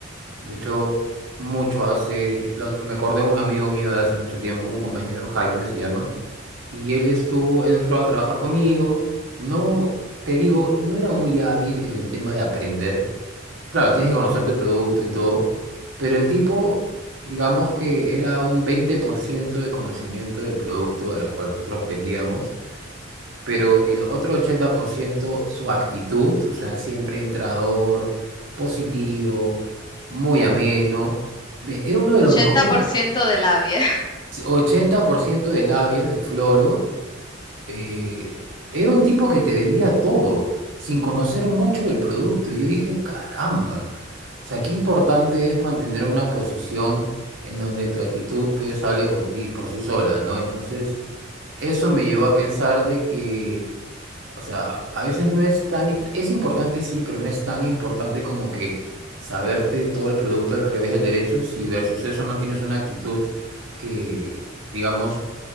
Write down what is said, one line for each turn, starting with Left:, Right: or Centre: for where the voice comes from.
Right: de hecho, mucho hace, lo- me acordé de un amigo mío de hace mucho tiempo, un compañero, Jaime se llama, Y él estuvo, él entró a trabajar conmigo. No, te digo, no era muy hábil en el tema de aprender. Claro, tienes que conocer tu producto y todo, pero el tipo, digamos que era un 20% de conocimiento del producto al cual nosotros vendíamos, pero el otro 80% su actitud, o sea, siempre entrador, positivo, muy ameno. Ve, Era uno de
Left: Ochenta
Right: los mejores,
Left: por ciento de labia.
Right: 80% de labia, de floro eh, era un tipo que te vendía todo, sin conocer mucho del producto. Y yo dije, caramba, o sea, qué importante es mantener una posición en donde tu actitud pues hable por ti, por sí sola, ¿no? Entonces, eso me llevó a pensar de que, o sea, a veces no es tan, es importante sí, pero no es tan importante como que saberte todo el producto al revés y al derecho, si versus eso no tienes una actitud que... digamos,